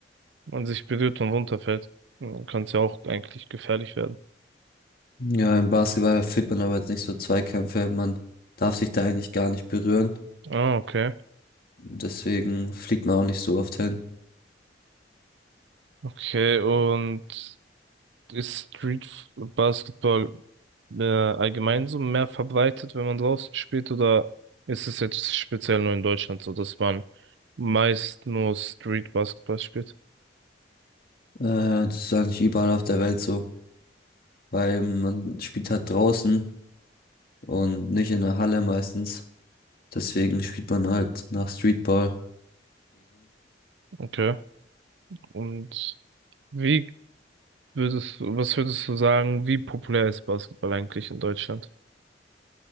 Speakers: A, on the right (about 70°); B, on the left (about 55°).
A: und sich berührt und runterfällt, dann kann es ja auch eigentlich gefährlich werden.
B: Ja, im Basketball führt man aber jetzt nicht so Zweikämpfe. Man darf sich da eigentlich gar nicht berühren.
A: Ah, okay.
B: Deswegen fliegt man auch nicht so oft hin.
A: Okay, und ist Street Basketball äh, allgemein so mehr verbreitet, wenn man draußen spielt, oder ist es jetzt speziell nur in Deutschland so, dass man meist nur Street Basketball spielt?
B: Äh, das ist eigentlich überall auf der Welt so, weil man spielt halt draußen und nicht in der Halle meistens. Deswegen spielt man halt nach Streetball-Regeln.
A: Okay. Und wie würdest du, was würdest du sagen, wie populär ist Basketball eigentlich in Deutschland?